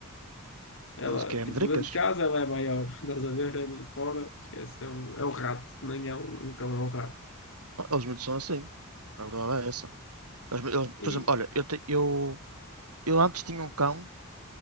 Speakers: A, on the left; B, on the right.
A: Ela,
B: Tudo que é
A: tipo,
B: medricas.
A: dentro de casa ela é maior, <laughs> estás a ver? Ela de fora, esquece, é um, é um rato, nem é um, um cão, é um rato.
B: Eles muitos são assim. A verdade é essa. Eles, eles-
A: E.
B: por exemplo, olha, eu, te- eu, eu antes tinha um cão